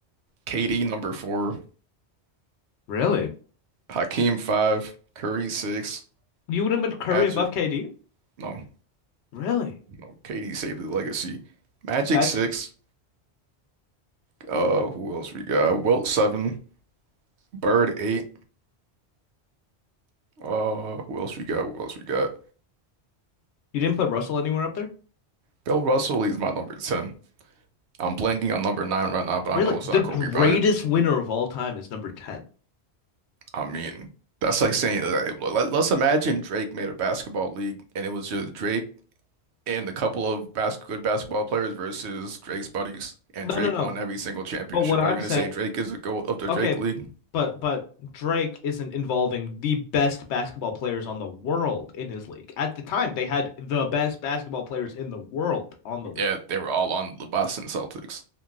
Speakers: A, on the right (about 80°); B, on the left (about 90°).
A: KD number four,
B: Really?
A: Hakeem five, Curry six,
B: You would have put Curry
A: Magic
B: above KD?
A: no
B: Really?
A: no KD saved the legacy, Magic
B: That's
A: six. Uh, who else we got? Wilt seven, Bird eight. Uh, who else we got? Who else we got?
B: you didn't put Russell anywhere up there?
A: Bill Russell is my number ten. I'm blanking on number nine right now, but
B: Really?
A: I know it's
B: The
A: not
B: greatest
A: Kobe Bryant.
B: winner of all time is number 10.
A: I mean, that's like saying that. Let's imagine Drake made a basketball league and it was just Drake. and the couple of bas good basketball players versus Drake's buddies, and
B: No,
A: Drake
B: no, no.
A: won every single championship.
B: But what I'm
A: Are you going
B: saying,
A: to say Drake is the GOAT of the
B: okay,
A: Drake League?
B: but but Drake isn't involving the best basketball players on the world in his league. At the time, they had the best basketball players in the world on the league.
A: Yeah, they were all on the Boston Celtics.